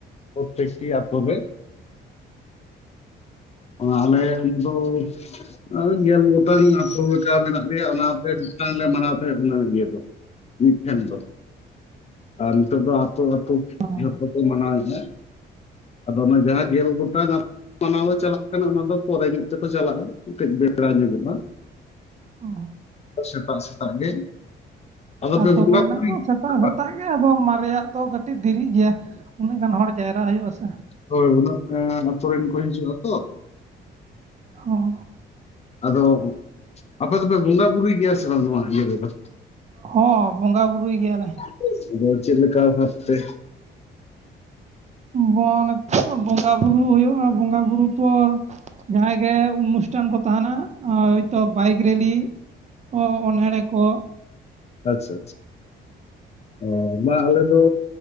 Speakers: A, on the left; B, on the right.
A: ᱯᱨᱚᱛᱛᱮᱠᱴᱤ ᱟᱛᱳ ᱜᱮ᱾ ᱚᱱᱟ ᱟᱞᱮ ᱩᱱᱫᱳ ᱟᱸᱻ ᱜᱮᱞ ᱜᱚᱴᱟᱝ ᱟᱛᱳ ᱠᱟ ᱢᱮᱱᱟᱜ ᱞᱮᱭᱟ, ᱚᱱᱟᱛᱮ ᱢᱤᱜᱴᱟᱝ ᱞᱮ ᱢᱟᱱᱟᱣ ᱴᱮᱜᱚᱱᱟ ᱤᱭᱟᱹ ᱫᱚ, ᱢᱤᱫ ᱴᱮᱱ ᱫᱚ᱾ ᱟ ᱱᱤᱛᱚᱜ ᱫᱚ ᱟᱛᱳ-ᱟᱛᱳ
B: ᱦᱚᱸ
A: ᱮᱦᱚᱯ ᱠᱚᱠᱚ ᱢᱟᱱᱟᱣᱮᱫᱟ᱾ ᱟᱫᱚ ᱚᱱᱟ ᱡᱟᱦᱟᱸ ᱜᱮᱞ ᱜᱚᱴᱟᱝ ᱟ ᱢᱟᱱᱟᱣ ᱫᱚ ᱪᱟᱞᱟᱜ ᱠᱟᱱᱟ, ᱚᱱᱟ ᱫᱚ ᱯᱚᱨᱮ ᱧᱚᱜ ᱛᱮᱠᱚ ᱪᱟᱞᱟᱜᱼᱟ, ᱠᱟᱹᱡ ᱵᱮᱲᱟ ᱧᱚᱜᱚᱜᱼᱟ᱾
B: ᱚ
A: ᱟ ᱥᱮᱛᱟᱜ-ᱥᱮᱛᱟᱜ ᱜᱮ᱾ ᱟᱫᱚ
B: ᱟᱛᱳ
A: ᱯᱮ ᱵᱚᱸᱜᱟ
B: ᱠᱚ ᱨᱮᱱᱟᱜ
A: ᱵᱩᱨᱩᱭ
B: ᱫᱚᱻ
A: ᱜᱮᱭᱟ
B: ᱥᱮᱛᱟᱜ-ᱥᱮᱛᱟᱜ
A: ᱥᱮ ᱵᱟᱝ?
B: ᱜᱮᱻ ᱟᱫᱚ ᱢᱟᱨᱮᱭᱟᱜ ᱫᱚ ᱠᱟᱴᱤᱜ ᱫᱤᱨᱤᱜ ᱜᱮᱭᱟ, ᱩᱱᱟᱹᱜ ᱜᱟᱱ ᱦᱚᱲ ᱡᱟᱭᱨᱟᱜ ᱦᱩᱭᱩᱜ ᱟᱥᱮ᱾
A: ᱦᱳᱭ, ᱩᱱᱟᱹᱜ ᱜᱟᱱ ᱟᱛᱳ ᱨᱮᱱ ᱠᱚ ᱦᱤᱡᱩᱜᱼᱟ, ᱛᱚᱻ᱾
B: ᱦᱚᱸ᱾
A: ᱟᱫᱚ, ᱟᱯᱮ-ᱫᱚᱯᱮ ᱵᱚᱸᱜᱟ-ᱵᱩᱨᱩᱭ ᱜᱮᱭᱟ ᱥᱮ ᱵᱟᱝ ᱱᱚᱣᱟ ᱤᱭᱟᱹ ᱨᱮᱫᱚ?
B: ᱠᱷᱚᱸᱻ ᱵᱚᱸᱜᱟ-ᱵᱩᱨᱩᱭ ᱜᱮᱭᱟ ᱞᱮᱦ᱾
A: ᱟᱛᱩ ᱟᱫᱚ ᱪᱮᱜ ᱞᱮᱠᱟ ᱵᱷᱟᱵᱽ ᱛᱮ?
B: ᱵᱚᱱ ᱵᱚᱸᱜᱟ-ᱵᱩᱨᱩ ᱦᱩᱭᱩᱜᱼᱟ, ᱵᱚᱸᱜᱟ-ᱵᱩᱨᱩ ᱯᱚᱨ ᱡᱟᱦᱟᱸᱭ ᱜᱮ ᱩᱱᱩᱥ- -ᱴᱟᱝ ᱠᱚ ᱛᱟᱦᱮᱱᱟ ᱟ ᱣᱚᱭᱛᱚ ᱵᱟᱭᱜᱨᱮᱞᱤ, ᱚ ᱚᱱᱦᱮᱲᱮ ᱠᱚ᱾
A: ᱟᱪᱪᱷᱟ-ᱪᱷᱟ, ᱚ ᱢᱟ ᱟᱞᱮ ᱫᱚ